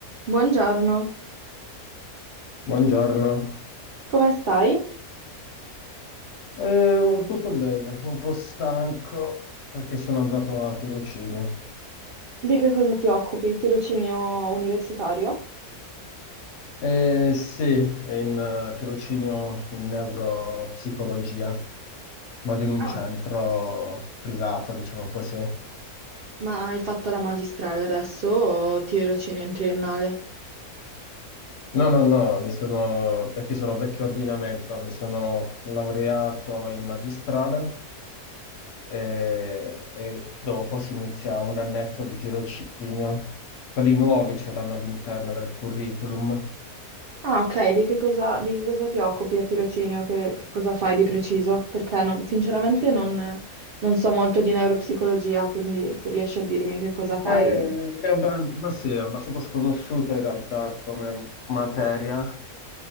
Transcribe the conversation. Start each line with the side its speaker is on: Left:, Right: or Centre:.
Right: Buongiorno,
Left: Buongiorno,
Right: come stai?
Left: Eh, tutto bene, un po' stanco perché sono andato a tirocinio.
Right: Di che cosa ti occupi? Tirocinio universitario?
Left: Eh, sì, è in eh, tirocinio in neuropsicologia, vado in un
Right: Ah,
Left: centro privato, diciamo così.
Right: Ma hai fatto la magistrale adesso o tirocinio in triennale?
Left: No, no, no, mi sono, perché sono vecchio ordinamento, mi sono laureato in magistrale e, e dopo si inizia un annetto di tirocinio. Quelli nuovi ce l'hanno all'interno del curriculum.
Right: Ah, ok, di che cosa, di che cosa ti occupi a tirocinio? Che, che cosa fai di preciso? Perché non- sinceramente non, non so molto di neuropsicologia, quindi se riesci a dirmi che cosa fai.
Left: Eh, è abba- ma sì, è abbastanza sconosciuta in realtà come materia,